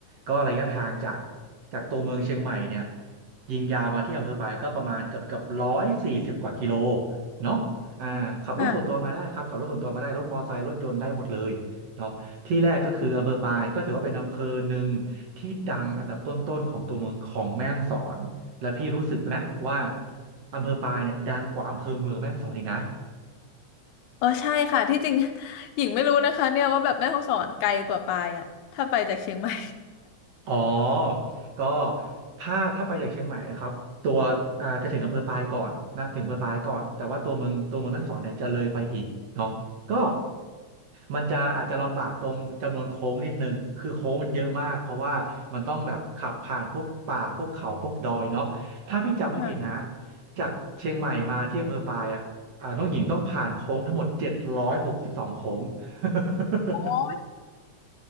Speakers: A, on the right; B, on the left.
A: ก็ระยะทางจากจากตัวเมืองเชียงใหม่เนี่ย ยิงยาวมาที่อำเภอปายก็ประมาณเกือบเกือบร้อยสี่สิบกว่ากิโลเนาะอ่าขับรถส่วนตัวมาได้ครับขับรถส่วนตัวมาได้รถมอเตอร์ไซค์รถยนต์ได้หมดเลยเนาะที่แรกก็คืออำเภอปายก็ถือว่าเป็นอำเภอหนึ่งที่ดังอันดับต้นๆของตัวเมืองของแม่ฮ่องสอนและพี่รู้สึกนะว่า
B: ค่ะ
A: อำเภอปายเนี่ยดังกว่าอำเภอเมืองแม่ฮ่องสอนอีกนะ
B: เออใช่ค่ะที่จริง <laughs> หญิงไม่รู้นะคะเนี่ยว่าแบบแม่ฮ่องสอนไกลกว่าปายอะถ้าไปจากเชียงใหม่
A: อ๋อก็ถ้าถ้าไปจากเชียงใหม่ครับตัวอ่าจะถึงอำเภอปายก่อนนะถึงอำเภอปายก่อนแต่ว่าตัวเมืองตัวเมืองแม่ฮ่องสอนเนี่ยจะเลยไปอีกเนาะก็ มันจะอาจจะลำบากตรงจำนวนโค้งนิดนึงคือโค้งมันเยอะมากเพราะว่ามันต้องแบบขับผ่านพวกป่าพวกเขาพวกดอยเนาะถ้าพี่จำไม่ผิดนะ
B: ค่ะ
A: จากเชียงใหม่มาที่อำเภอปายอ่ะอ่าน้องหญิงต้องผ่านโค้งทั้งหมดเจ็ดร้อยหกสิบสองโค้ง <laughs>
B: โอ้ย